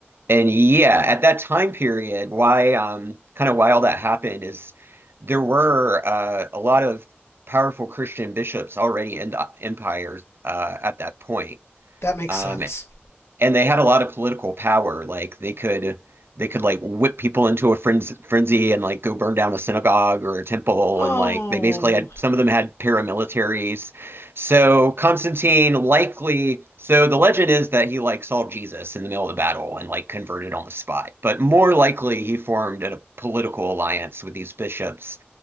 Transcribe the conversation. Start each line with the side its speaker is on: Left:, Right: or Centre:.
Right: and yeah, at that time period, why um, kind of why all that happened is there were uh, a lot of powerful Christian bishops already in the empires uh, at that point.
Left: That makes
Right: Um,
Left: sense.
Right: and they had a lot of political power. Like they could they could like whip people into a frenzy, frenzy and like go burn down a synagogue or a temple.
Left: Oh,
Right: And like they basically had some of them had paramilitaries. So Constantine likely so the legend is that he like saw Jesus in the middle of the battle and like converted on the spot. But more likely he formed a political alliance with these bishops.